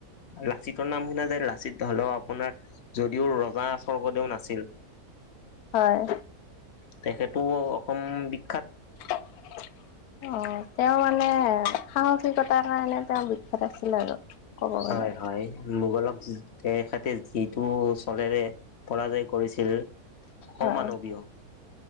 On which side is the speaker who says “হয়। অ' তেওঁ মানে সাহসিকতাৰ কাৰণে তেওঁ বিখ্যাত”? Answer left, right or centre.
Left